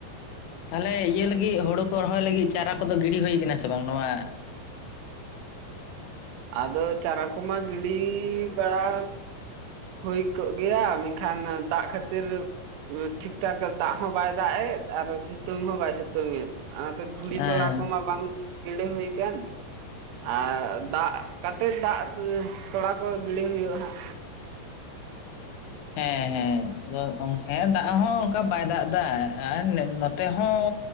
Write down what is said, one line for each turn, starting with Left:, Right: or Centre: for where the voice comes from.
Left: ᱛᱟᱦᱚᱞᱮ ᱤᱭᱟᱹ ᱞᱟᱹᱜᱤᱫ ᱦᱳᱲᱳᱼᱼ ᱠᱚ ᱨᱚᱦᱚᱭ ᱞᱟᱹᱜᱤᱫ ᱪᱟᱨᱟ ᱠᱚᱫᱚ ᱜᱤᱰᱤ ᱦᱩᱭ ᱟᱠᱟᱱᱟ ᱥᱮ ᱵᱟᱝ ᱱᱚᱣᱟᱼᱼ
Right: ᱟᱫᱚ ᱪᱟᱨᱟ ᱠᱚᱢᱟ ᱜᱤᱰᱤ ᱵᱟᱲᱟ ᱦᱩᱭ ᱠᱚᱜ ᱜᱮᱭᱟ ᱢᱮᱱᱠᱷᱟᱱ ᱫᱟᱜ ᱠᱷᱟᱹᱛᱤᱨ ᱴᱷᱤᱠ ᱴᱷᱟᱠ ᱫᱟᱜ ᱦᱚᱸ ᱵᱟᱭ ᱫᱟᱜ ᱮᱫ ᱟᱨ ᱥᱤᱛᱩᱝ ᱦᱚᱸ ᱵᱟᱭ ᱥᱤᱛᱩᱝᱼᱼ ᱛᱚᱝ ᱮᱫ ᱚᱱᱟᱛᱮ ᱫᱷᱩᱲᱤ
Left: ᱦᱮᱸ
Right: ᱛᱚᱲᱟ ᱠᱚᱢᱟᱼᱼ ᱵᱟᱝ ᱜᱤᱰᱤ ᱦᱩᱭ ᱟᱠᱟᱱ ᱟᱨ ᱫᱟᱜ ᱠᱟᱛᱮ ᱫᱟᱜᱼᱼ ᱠᱚ ᱠᱚᱲᱟ ᱠᱚ ᱜᱤᱰᱤ ᱦᱩᱭᱩᱜᱼᱟ, ᱦᱟᱸᱜ
Left: ᱦᱮᱸ ᱦᱮᱸ <unintelligible> ᱦᱮᱸ ᱫᱟᱜ ᱦᱚᱸ ᱚᱱᱠᱟ ᱵᱟᱭ ᱫᱟᱜ ᱮᱫᱟ ᱟᱨ ᱱᱚᱛᱮ ᱦᱚᱸᱼᱼ